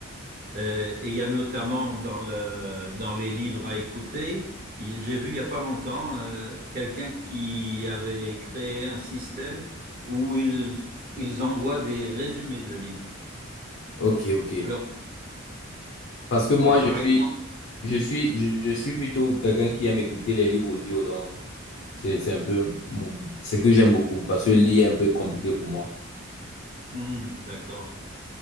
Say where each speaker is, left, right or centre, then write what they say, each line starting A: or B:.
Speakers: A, on the right; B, on the left.
A: Euh, et il y a notamment dans le, dans les livres à écouter, il- j'ai vu il n'y a pas longtemps euh, quelqu'un qui avait créé un système où ils, ils envoient des résumés de livres.
B: Ok, ok.
A: Alors,
B: Parce que moi,
A: oui,
B: je
A: par
B: suis,
A: exemple,
B: je suis, je, je suis plutôt quelqu'un qui aime écouter les livres audio, donc c'est, c'est un peu mon- ce que j'aime beaucoup, parce que lire est un peu compliqué pour moi.
A: Hmm, d'accord.